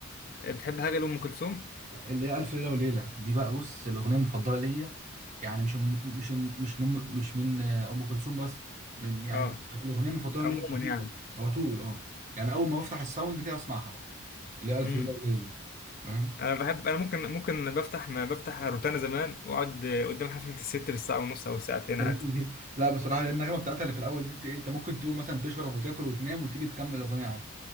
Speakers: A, on the left (about 40°); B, on the right (about 35°).
A: آه، بتحب حاجه لام كلثوم
B: اللي هي الف ليله وليله دي بقى بص الاغنيه المفضله ليا يعني مش من- مش من- مش من مش من آه، ام كلثوم بس من يعني
A: اه
B: الاغنيه المفضله
A: عموما
B: ليا على طول
A: يعني
B: على طول اه يعني اول ما بفتح الساوند كده اسمعها بقى اللي هي الف
A: مم.
B: ليله وليله دي فاهم
A: انا بحب انا ممكن ممكن بفتح ما بفتح روتانا زمان واقعد قدام حفله الست بالساعه ونص او ساعتين
B: فاهمني؟
A: عادي
B: لا بصراحه النغمه بتاعتها اللي في الاول دي انت إيه، أنت ممكن تقوم مثلا تشرب وتاكل وتنام وتيجي تكمل الاغنيه عادي